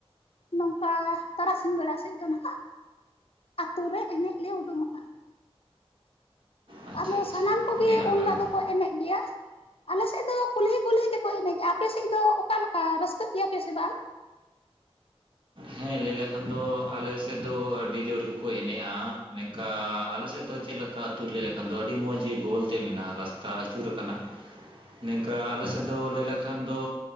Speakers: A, on the left; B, on the right.
A: ᱱᱚᱝᱠᱟ ᱛᱟᱨᱟᱥᱤᱧ ᱵᱮᱲᱟ ᱥᱮᱫ ᱫᱚ ᱱᱟᱜ ᱟᱛᱳ ᱨᱮ ᱮᱱᱮᱡ ᱞᱮ ᱩᱰᱩᱝᱚᱜ-ᱟ᱾
B: ᱟᱪᱪᱷᱟ
A: ᱟᱫᱚ
B: ᱟᱪᱪᱷᱟ
A: ᱥᱟᱱᱟᱢ ᱠᱚᱜᱮ
B: ᱟᱹᱰᱤ ᱱᱟᱯᱟᱭ
A: ᱩᱱ ᱞᱚᱜ
B: ᱠᱟᱛᱷᱟ᱾
A: ᱫᱚᱠᱚ ᱮᱱᱮᱜ ᱜᱮᱭᱟ᱾ ᱟᱞᱮᱥᱮᱜ ᱫᱚ ᱠᱩᱞᱦᱤ ᱠᱩᱞᱦᱤ ᱛᱮᱠᱚ ᱮᱱᱮᱡ-ᱟ ᱟᱯᱮᱥᱮᱡ ᱫᱚ ᱚᱠᱟ ᱞᱮᱠᱟ ᱨᱟᱹᱥᱠᱟᱹᱜ ᱜᱮᱭᱟ ᱯᱮ ᱥᱮ ᱵᱟᱝ?
B: ᱦᱮᱸ ᱞᱟᱹᱭ ᱞᱮᱠᱷᱟᱱ ᱫᱚ ᱟᱞᱮ ᱥᱮᱜ ᱫᱚ ᱟᱹᱰᱤ ᱡᱳᱨ ᱜᱮᱠᱚ ᱮᱱᱮᱜ-ᱟ ᱱᱮᱝᱠᱟ ᱟᱞᱮᱥᱮᱜ ᱫᱚ ᱪᱮᱫ ᱞᱮᱠᱟ᱾ ᱟᱛᱩ ᱞᱮᱭ ᱠᱟᱱ ᱫᱚ ᱟᱹᱰᱤ ᱢᱚᱡᱽ ᱜᱮ ᱜᱳᱞᱛᱮ ᱢᱮᱱᱟᱜ-ᱟ ᱨᱟᱥᱛᱟ ᱟᱹᱪᱩᱨ ᱠᱟᱱᱟ ᱱᱮᱝᱠᱟ ᱟᱞᱮ ᱥᱮᱜ ᱫᱚ ᱞᱟᱹᱭ ᱞᱮᱠᱷᱟᱱ ᱫᱚ